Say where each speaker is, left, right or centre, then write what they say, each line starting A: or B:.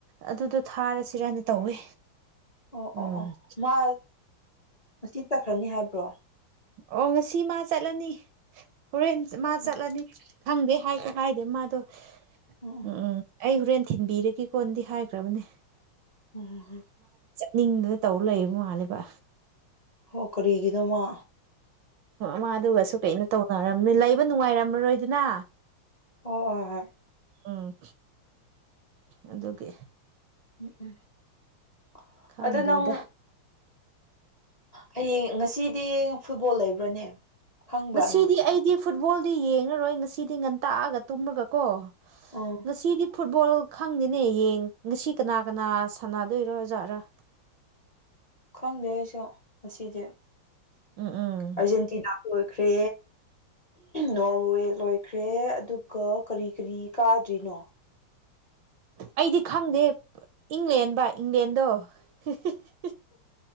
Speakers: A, on the right (about 70°); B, on the left (about 50°).
A: ꯑꯗꯨꯗꯣ ꯊꯥꯔ ꯆꯠꯁꯤꯔꯅ ꯇꯧꯋꯦ
B: ꯑꯣ
A: ꯎꯝ
B: ꯑꯣ ꯑꯣ ꯃꯥ ꯉꯁꯤ ꯇꯛꯈ꯭ꯔꯅꯤ ꯍꯥꯏꯕ꯭ꯔꯣ
A: ꯑꯣ ꯉꯁꯤ ꯃꯥ ꯆꯠꯂꯅꯤ ꯍꯣꯔꯦꯟ ꯃꯥ
B: ꯎꯝ
A: ꯆꯠꯂꯅꯤ ꯈꯪꯗꯦ ꯍꯥꯏꯖꯨ ꯍꯥꯏꯗꯦ ꯃꯥꯗꯣ
B: ꯑꯣ
A: ꯎꯝ ꯎꯝ ꯑꯩ ꯍꯣꯔꯦꯟ ꯊꯤꯟꯕꯤꯔꯒꯦ ꯀꯣꯟꯗꯤ ꯍꯥꯏꯈ꯭ꯔꯕꯅꯦ
B: <unintelligible>
A: ꯅꯤꯡꯗꯨꯅ ꯇꯧꯔ ꯂꯩꯌꯦꯕ ꯃꯥꯜꯂꯦꯕ
B: ꯍ ꯀꯔꯤꯒꯤꯅꯣ ꯃ
A: ꯃꯗꯨꯒꯁꯨ ꯀꯩꯅꯣ ꯇꯧꯅꯔꯝꯅꯤ ꯂꯩꯕ ꯅꯨꯡꯉꯥꯏꯔꯝ ꯃꯔꯣꯏꯗꯅ
B: ꯍꯣꯏ
A: ꯎꯝ ꯑꯗꯨꯒꯤ
B: <unintelligible>
A: ꯈꯪꯗ꯭ꯔꯦꯗ
B: ꯑꯗꯨ ꯅꯪ ꯍꯌꯦꯡ ꯉꯁꯤꯗꯤ ꯐꯨꯠꯕꯣꯜ ꯂꯩꯕ꯭ꯔꯅꯦ ꯈꯪꯕ꯭ꯔꯥ
A: ꯉꯁꯤꯗꯤ
B: ꯅꯪ
A: ꯑꯩꯗꯤ ꯐꯨꯠꯕꯣꯜꯗꯤ ꯌꯦꯡꯉꯔꯣꯏ ꯉꯁꯤꯗꯤ ꯉꯟꯇꯥꯅꯥ ꯇꯨꯝꯃꯒ ꯀꯣ
B: ꯎꯝ
A: ꯉꯥꯁꯤꯗꯤ ꯐꯨꯠꯕꯣꯜ ꯈꯪꯗꯦꯅꯦ ꯌꯦꯡ ꯉꯁꯤ ꯀꯅꯥ ꯀꯅꯥ ꯁꯥꯟꯅꯗꯣꯏ ꯑꯣꯏꯖꯥꯠꯔꯥ <inaudible>
B: ꯈꯪꯗꯦ ꯑꯩꯁꯨ ꯉꯁꯤꯗꯤ
A: ꯎꯝ ꯎꯝ
B: ꯑꯥꯔꯖꯦꯟꯇꯤꯅꯥ ꯂꯣꯏꯈ꯭ꯔꯦ ꯅꯣꯔꯋꯦ ꯂꯣꯏꯈ꯭ꯔꯦ ꯑꯗꯨꯒ ꯀꯔꯤ ꯀꯔꯤ ꯀꯥ ꯀꯔꯤꯅꯣ
A: ꯑꯩꯗꯤ ꯈꯪꯗꯦ ꯏꯪꯂꯦꯟꯕ ꯏꯪꯂꯦꯟꯗꯣ <unintelligible>